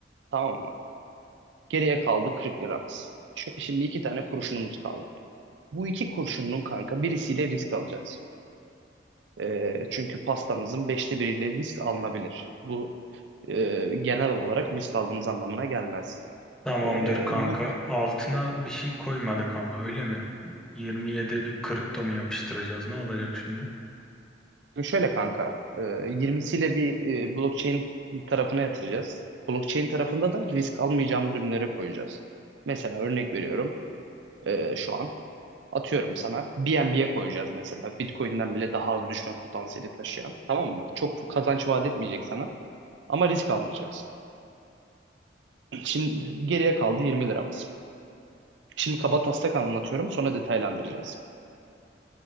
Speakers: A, on the right; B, in the centre.
A: Tamam mı? Geriye kaldı 40 liramız. Şu- Şimdi iki tane kuruşunumuz kaldı. Bu iki kurşunun kanka birisiyle risk alacağız. Ee, çünkü pastamızın beşte biriyle risk alınabilir. Bu e, genel olarak risk aldığımız anlamına gelmez.
B: tamamdır
A: Ee,
B: kanka
A: bu
B: altına bir şey koymadık ama öyle mi? 20'ye de bir kripto mu yapıştıracağız ne olacak şimdi?
A: şöyle kanka, e, 20'siyle bir e, blockchain tarafına yatıracağız. Blockchain tarafında da risk almayacağımız ürünlere koyacağız. Mesela örnek veriyorum e, şu an atıyorum sana BNB'ye koyacağız mesela. Bitcoin'den bile daha az düşme potansiyeli taşıyan tamam mı? Çok kazanç vaat etmeyecek sana ama risk almayacaksın. Şimdi geriye kaldı 20 liramız. Şimdi kaba taslak anlatıyorum sonra detaylandıracağız.